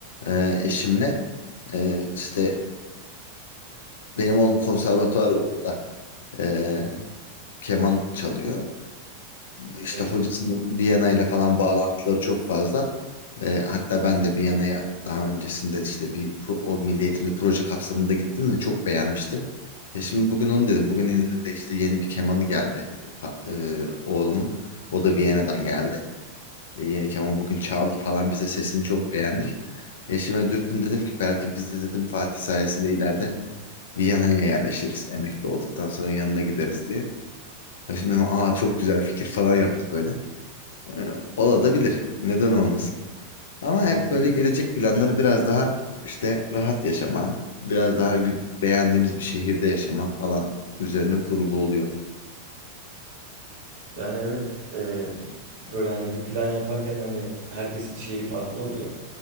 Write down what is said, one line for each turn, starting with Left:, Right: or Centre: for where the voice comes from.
Left: Ee, eşimle. Ee, işte benim oğlum konservatuvar okuyor da ee,
Right: Hı.
Left: keman çalıyor. İşte
Right: E,
Left: hocasının
Right: çok güzel.
Left: Viyana ile falan bağlantıları çok fazla. Ee, hatta ben de Viyana'ya daha öncesinde işte bir pro, o milli eğitimli proje kapsamında gittim ve çok beğenmiştim. E şimdi bugün onu dedim. Bugün elinde de işte yeni bir kemanı geldi pa- e, oğlumun. O da Viyana'dan geldi. E, yeni keman bugün çaldı falan bize sesini çok beğendik. Eşime dürttüm dedim ki belki biz de dedim Fatih sayesinde ileride Viyana'ya yerleşiriz. Emekli olduktan sonra yanına gideriz diye. E Şimdi aa çok güzel fikir falan yaptı böyle. Ee, Ola Neden olmasın? Ama
Right: Aynen
Left: hep böyle gelecek planları biraz daha işte rahat yaşama, biraz daha gü- beğendiğimiz bir şehirde yaşama falan üzerine kurulu oluyor.
Right: Yani evet e, böyle hani bir plan yaparken hani herkesin şeyi farklı oluyor.